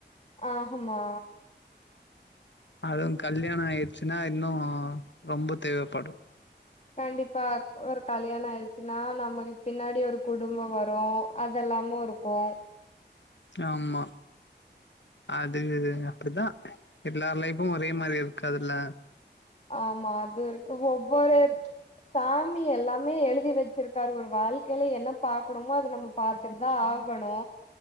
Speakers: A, on the left; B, on the left.
A: ஆ ஹாம்மா
B: அதுவு கல்யாணோ ஆயிடுச்சுன்னா இன்னு ரொம்ப தேவப்படு
A: கண்டிப்பா ஒரு கல்யாணோ ஆயிடுச்சுன்னா நமக்கு பின்னாடி ஒரு குடும்போ வரு அதெல்லாமு இருக்கு
B: ஆமா அது அப்டிதா எல்லார் லைஃபு ஒரே மாதிரி இருக்குகாதுல
A: ஆமா அது இருக்கு ஒவ்வொரு சாமி எல்லாமே எழுதி வச்ச வச்சிருக்காரு ஒரு வாழ்க்கையில என்ன பாக்கணுமோ அத நம்ம பாத்துட்டுதா ஆகணு